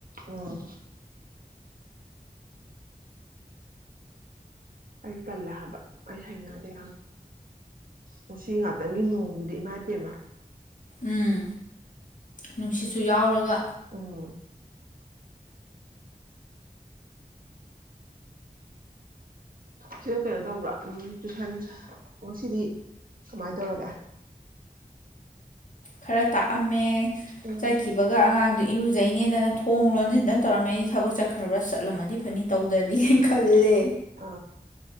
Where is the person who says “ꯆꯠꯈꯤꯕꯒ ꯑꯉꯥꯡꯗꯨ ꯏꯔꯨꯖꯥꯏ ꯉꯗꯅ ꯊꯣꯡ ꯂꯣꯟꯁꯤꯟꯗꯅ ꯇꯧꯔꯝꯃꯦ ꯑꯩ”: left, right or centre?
Left